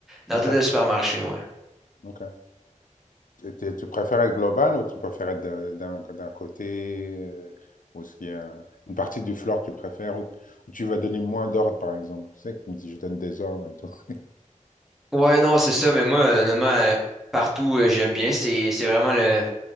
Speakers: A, in the centre; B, on the left.
A: dans
B: ok,
A: tout le supermarché, ouais.
B: ok. Tu tu préfères être global ou tu préfères être d'un d'un- d'un côté euh, ou est-ce qu'il y a une partie du floor que tu préfères ou, ou tu vas donner moins d'ordre par exemple? Tu sais que tu me dis je donne des ordres et tout. <laughs>
A: Ouais, non, c'est ça, mais moi, honnêtement, euh, partout, euh, j'aime bien. C'est, c'est vraiment le,